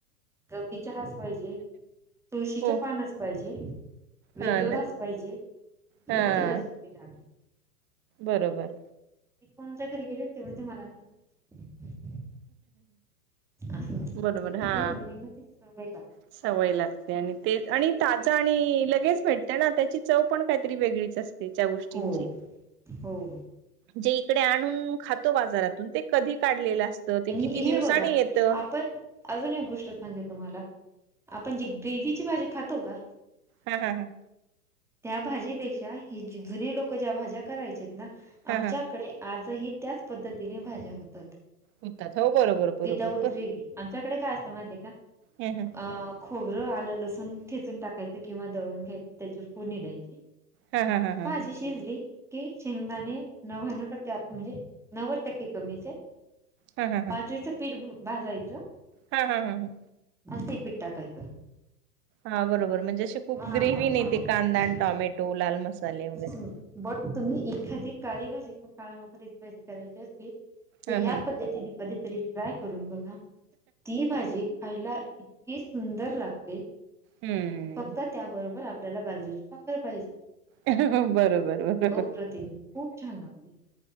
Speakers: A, in the centre; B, on the right (about 25°).
A: गवती चहाच पाहिजे. तुळशीचे
B: हो
A: पानच पाहिजे, वेलदोडाच
B: हा ना
A: पाहिजे हे
B: हा
A: तिला सवय लागले
B: बरोबर.
A: ती कोणाच्या घरी गेली की... ती म्हणते मला नाई आवडत असं
B: बरोबर
A: म्हणजे
B: हा
A: हे मुलांना ती सवय लागते.
B: सवय लागते आणि ते... आणि ताजा... आणि लगेच भेटते ना... त्याची चव पण काहीतरी वेगळीच असते तिच्या गोष्टींची
A: हो. हो
B: जे इकडे आणून खातो बाजारातून.. ते कधी काढलेलं असतं ते
A: आणि
B: किती
A: हे
B: दिवसानी
A: बघा
B: येतं
A: आपण अजून एक गोष्ट सांगते तुम्हाला आपण जी ग्रेव्हीची भाजी खातो का
B: हा हा.. हा
A: त्या भाजीपेक्षा हे जुने लोकं... ज्या भाज्या करायचे ना...
B: हा
A: आमच्याकडे
B: हा
A: आजही त्याच पद्धतीने भाज्या होतात
B: होतात... हो बरोबर बरोबर
A: विदाउट
B: प
A: ग्रेवी... आमच्याकडे काय असतं माहितीए का?
B: हं
A: अ खोबरं, आलं, लसून ठेचून टाकायचं किंवा दळून घ्यायचं... त्याची फोडनी द्यायची
B: हा हा हा हा
A: भाजी शिजली की शेंगदाणे नव्याण्णव टक्के... म्हणजे नव्वद टक्के कमीच हेत
B: हा हा
A: बाजरीचं पीठ भाजायचं
B: हाहा... हा हां
A: अन ते पिठ टाकयचं
B: हा बरोबर... म्हणजे, अशी खूप
A: आपण
B: ग्रेवी नाई...
A: काहीच
B: ते कांदा आणि टॉमॅटो... लाल मसाले वगैरे
A: नाही बट तुम्ही एखादी काळी भाजी... काळ्या मसाल्याची भाजी करायची असली तर
B: हा
A: ह्या
B: हा
A: पद्धतीने... कधीतरी ट्राय करून बघा... ती भाजी खायला इतकी की सुंदर लागते
B: हूं
A: फक्त त्याबरोबर आपल्याला बाजरीची भाकर पाहिजे
B: बरोबर बरोबर
A: अप्रतिम खूप छान लागते